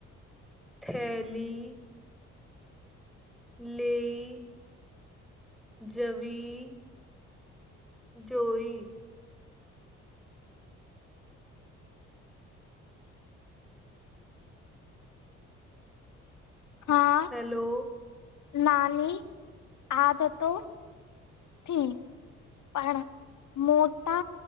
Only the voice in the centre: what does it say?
થેલી લઈ જવી જોઈી
હેલો